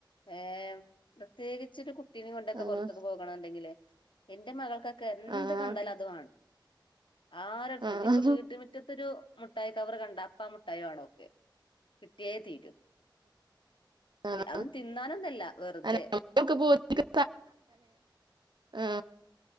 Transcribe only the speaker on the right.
ആഹ്
ആഹ്
ആഹ്
ആഹ്
അല്ല നമ്മക്ക് ആ